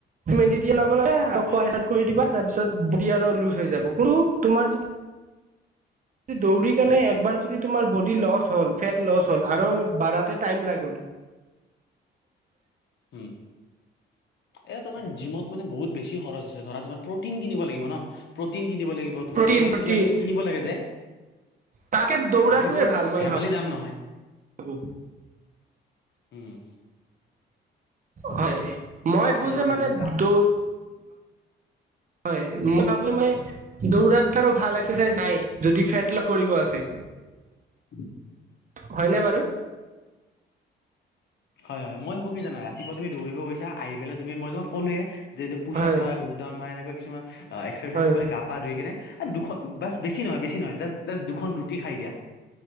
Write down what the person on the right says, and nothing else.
ষ্টাৰ্ড
কিৰি দিবা। তাৰপিছত বডি আৰু লুজ হৈ যাব। <unintelligible> তোমাৰ যদি দৌৰি মানে একবাৰ যদি তোমাৰ বডি লছ হ'ল, ফেট লছ হ'ল আৰু বাঢ়াতে টাইম লাগে কিন্তু।
প্ৰটিন
প্ৰটিন
তাকে দৌৰাটোৱে
ভাল মই
ভাবো
হয় মই ভাবো
যে মানে
দ হয় মই ভাবো মই দৌৰাত কে আৰু ভাল একাৰাইজ নাই যদি ফেট লছ- কৰিব আছে।
হয়নে বাৰু?
হয়
হয়